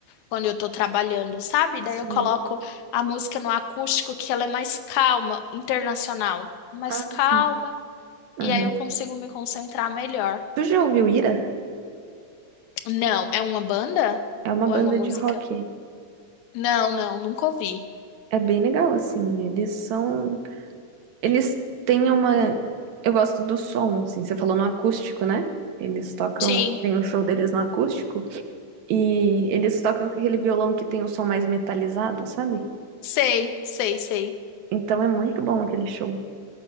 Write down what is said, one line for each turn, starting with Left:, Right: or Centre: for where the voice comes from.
Left: quando eu tô trabalhando, sabe? Daí
Right: Sim.
Left: eu coloco a música no acústico que ela é mais calma, internacional, mais
Right: Ah,
Left: calma,
Right: sim.
Left: e
Right: Aham.
Left: aí eu consigo me concentrar melhor.
Right: Tu já ouviu Ira?
Left: Não, é uma banda
Right: É uma
Left: ou
Right: banda
Left: é uma música?
Right: de rock.
Left: Não, não, nunca ouvi.
Right: É bem legal, assim. Eles são. Eles têm uma. Eu gosto do som, assim. Você falou no acústico, né? Eles tocam.
Left: Sim,
Right: Tem um show deles no acústico. E eles tocam com aquele violão que tem o som mais metalizado, sabe?
Left: sei, sei, sei.
Right: Então é muito bom aquele show.